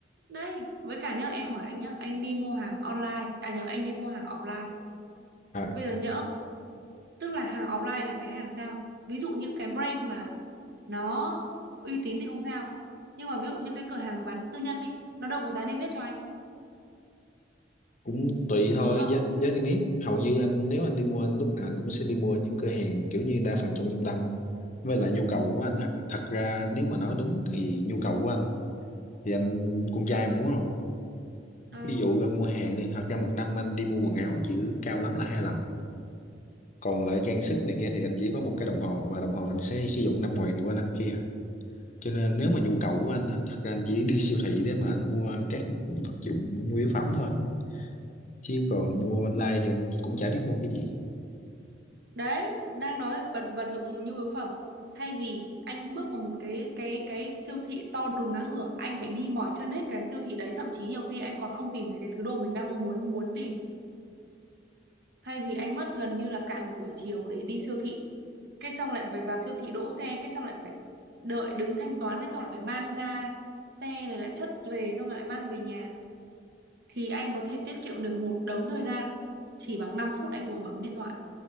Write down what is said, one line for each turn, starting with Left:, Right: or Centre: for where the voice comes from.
Right: đây với cả nhớ em hỏi anh nhá anh đi mua hàng online à nhầm anh đi mua hàng offline
Left: à
Right: bây giờ nhỡ tức là hàng offline là cái hàng sao ví dụ những cái brand mà nó uy tín thì không sao nhưng mà ví dụ những cái cửa hàng bán tư nhân đi nó đâu có giá niêm yết cho anh
Left: cũng tùy thôi
Right: đúng không
Left: giá giá niêm yết hầu như anh nếu anh đi mua anh lúc nào anh cũng sẽ đi mua những cửa hàng kiểu như đa phần trong trung tâm với lại nhu cầu của anh á thật ra nếu mà nói đúng thì nhu cầu của anh thì anh con trai mà đúng không ví
Right: Ờ,
Left: dụ ra mua hàng đi thật ra một năm anh đi mua quần áo chỉ cao lắm là hai lần còn lại trang sức này kia thì anh chỉ có một cái đồng hồ mà đồng hồ anh sẽ sử dụng năm ngoài này qua năm kia cho nên nếu mà nhu cầu của anh á thật ra anh chỉ đi siêu thị để mà anh mua các vật dụng nhu yếu phẩm thôi chứ còn mua online thì anh cũng chả biết mua cái gì
Right: đấy đang nói về vật vật dụng nhu yếu phẩm thay vì anh bước vào một cái cái cái siêu thị to đùng ngã ngửa anh phải đi mỏi chân hết cái siêu thị đấy thậm chí nhiều khi anh còn không tìm thấy cái thứ đồ mình đang muốn muốn tìm thay vì anh mất gần như là cả một buổi chiều để đi siêu thị cái xong lại phải vào siêu thị đỗ xe cái xong lại phải đợi đứng thanh toán cái xong lại phải mang ra xe rồi lại chất về xong rồi lại mang về nhà thì anh có thể tiết kiệm được một đống thời gian chỉ bằng 5 phút anh ngồi bấm điện thoại